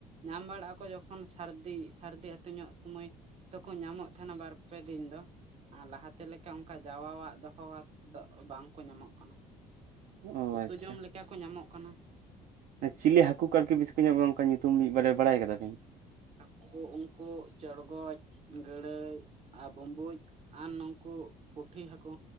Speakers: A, on the right; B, on the right.
A: ᱧᱟᱢ ᱵᱟᱲᱟᱜᱼᱟ ᱠᱚ, ᱡᱚᱠᱷᱚᱱ ᱥᱟᱹᱨᱫᱤ ᱥᱟᱹᱨᱫᱤ ᱟᱛᱩ ᱧᱚᱜ ᱥᱩᱢᱚᱭ ᱫᱚᱠᱚ ᱧᱟᱢᱚᱜ ᱛᱟᱦᱮᱸᱱᱟ ᱵᱟᱨᱯᱮ ᱫᱤᱱ ᱫᱚ ᱟᱨ ᱞᱟᱦᱟᱛᱮ ᱞᱮᱠᱟ ᱚᱱᱠᱟ ᱡᱟᱣᱟᱜ ᱫᱚᱦᱚᱣᱟ ᱫᱚ ᱵᱟᱝ ᱠᱚ ᱧᱟᱢᱚᱜ ᱠᱟᱱᱟ᱾
B: ᱚ
A: ᱩᱛᱩ
B: ᱟᱪᱪᱷᱟ
A: ᱡᱚᱢ ᱞᱮᱠᱟ ᱠᱚ ᱧᱟᱢᱚᱜ ᱠᱟᱱᱟ᱾
B: ᱪᱤᱞᱤ ᱦᱟᱹᱠᱩ ᱠᱚ ᱟᱨᱠᱤ ᱵᱮᱥᱤ ᱠᱚ ᱧᱟᱢᱚᱜ ᱚᱱᱠᱟ ᱧᱩᱛᱩᱢ ᱢᱤᱫ ᱵᱟᱨᱭᱟ ᱵᱟᱲᱟᱭ ᱠᱟᱫᱟ ᱵᱤᱱ?
A: ᱦᱟᱹᱠᱩ ᱩᱝᱠᱩ ᱪᱚᱲᱜᱚᱡ ᱜᱟᱹᱲᱟᱹᱭ ᱟᱨ ᱵᱩᱢᱵᱩᱡ᱾ ᱟᱨ ᱱᱩᱜ ᱠᱩ ᱯᱩᱴᱷᱤ ᱦᱟᱹᱠᱩ᱾